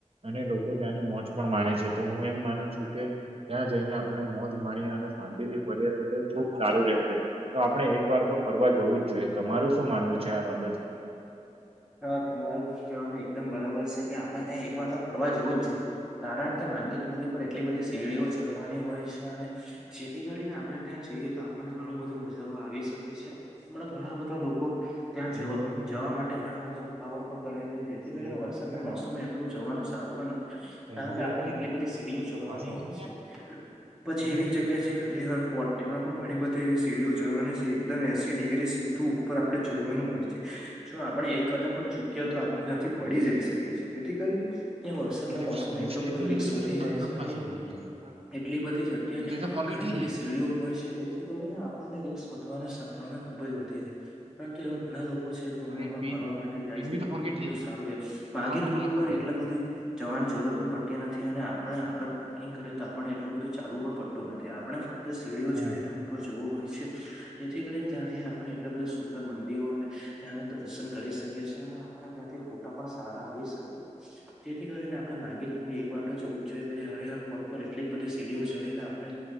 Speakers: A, on the right (about 50°); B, in the centre.
A: અને લોકો ત્યાંની મોજ પણ માણે છે તો હું એમ માનું છું કે ત્યાં જઈને આપણે મોજ માણીએ અને શાંતિ થી ફરીએ તો તે ખુબ સારું રહેશે તો આપડણે એક વાર તો ફરવા જવું જ જોઈએ તમારું શું માનવું છે આ બાબતે
B: હા તમારું કહેવાનું એકદમ બરાબર છે કે આપડે ત્યાં એક વાર તો ફરવા જવું જ છે કારણ કે માંગી ટુંગી પર એટલી બધી સેડીીઓ ચઢવાની હોય છે અને જેથી કરીને આપણે ત્યાં જઈએ તો મને ઘણું બધું મજા આવી શકે છે હમણાં ઘણા બધા લોકો ત્યાં
A: એને
B: જવા
A: ગૂગલ પે નહી
B: જવા
A: ખબર
B: માટે એ ઘણા બધા ઉતાવળ પણ કરે છે જેથી કરીને
A: એ ખર્ચી
B: વરસાદના
A: ગયા ખરા
B: મોસમે એટલું જવાનું સારું પણ કારણ
A: એને તો
B: કે આપણે
A: યાદ આવે
B: એટલી
A: ને
B: બધી સીડીઓ ચડવાની
A: પાસવર્ડ
B: હોય છે પછી
A: એને
B: એવી જગ્યા છે હરિહર ફોર્ટ તેમાં પણ ઘણી બધી એવી સીડીઓ જળવાની છે એકદમ એસી ડિગ્રી ઉપ આપડણે જોોડવાનું હોય છે જો આપણે એક કદમ પણ ચૂક્યા તો આપણે ત્યાંથી પડી જઈ શકીએીએ જેથી કરીને ત્યાં વરસાદના
A: એટલે
B: મોસમમાં
A: યુપીઆઈ
B: એટલું બધો
A: પિન
B: રી્સ
A: ભૂલી ગયેલો
B: વધી
A: કે બારનો
B: જાય છે
A: પાસવર્ડ
B: અને
A: ભૂલી ગયેલો
B: એટલી બધી જ કે
A: તો તે તો ફોર્ગેટ
B: ઘણી
A: થઈ
B: બધી સીડીઓ હોય છે તેથી કરીને આપણને રી્સ વધવાની સંભાવના ખુબ જ વધી છે પરંતુ એવા ઘણા લોકો છે
A: જાય
B: ફરવા
A: પિન
B: માટે જાય
A: પિન
B: છે
A: બી તો
B: તે
A: ફોર્ગેટ
B: ઘણું
A: થઈ
B: બધું
A: જાય
B: સારું માંગ
A: અકાઉન્ટ નંબર
B: તુંીર
A: લખવા પડે
B: એટલા બધા જવાની જરૂરત પણ પડતી નથી અને આપણે આગળ પાર્કિંગ કર તો આપણને એટલું બધું ચાલવું પણ પડ નથી આપણે ફક્ત સીડીઓ
A: હા
B: ચડીને ઉપર જવું હોય છે જેથી કરીને ત્યાંથી આપણે એટલા બધા સુંદર મંદિરો અને ત્યાંના દર્શન કરી શકીએ અને આપણે ત્યાંથી ફોટા પણ સારા આવી શકીએ છ. જેથી કરીને આપણે ગી તું એક વાટો જવ જ જોઈએ પછી હર હર ફોટ પર એટલી જ બધી સીડીઓ આપણે